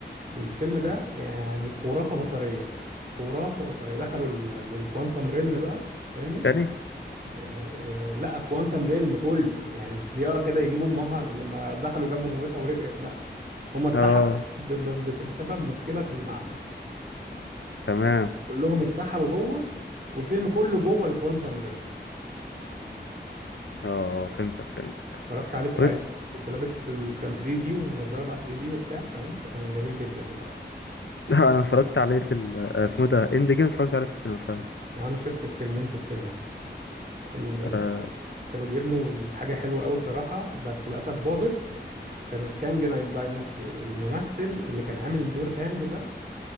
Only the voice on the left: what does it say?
تاني
أه
تمام
أه فهمتك فهمتك
وإنت-
<laughs> أنا اتفرجت عليه في ال- آه، اسمه إيه ده إند جيم اتفرجت عليه في السينما فاهم
آه،